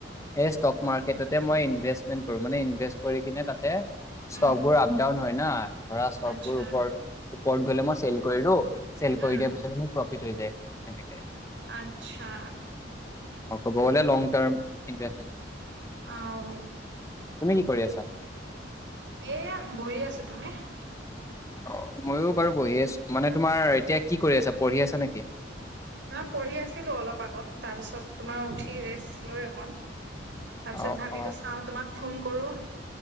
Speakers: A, on the left (about 15°); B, on the right (about 70°).
A: এই ষ্টক মাৰ্কেটতে মই ইনভেষ্টমেণ্ট কৰো মানে ইনভেষ্ট কৰি কিনে তাতে ষ্টকবোৰ
B: উম
A: আপ ডাউন হয় ন ধৰা ষ্টকবোৰ
B: আচ্ছা
A: ওপৰ ৰত গ'লে মই চেল কৰিদিও কৰি
B: উম
A: দিয়াৰ পিছত মোক ফিত হৈ যাই হেনেকে
B: আত্ছা
A: অ' ক'ব গ'লে লং টাইম ইণ্টাৰ্ণ
B: অ'
A: তুমি কি কৰি আছা
B: এয়া বহি আছো। তুমি?
A: অ' মইও বাৰু বহি আছো মানে তোমাৰ এতিয়া কি কৰি আছা পঢ়ি আছা নেকি?
B: নহয় পঢ়ি আছিলো অলপ আগত তাৰপিছত তোমাৰ উঠি ৰেষ্ট লৈ অকণ তাৰপিছত
A: অ
B: ভাবিলো
A: অ
B: চাওঁ তোমাক। ফোন কৰোঁ।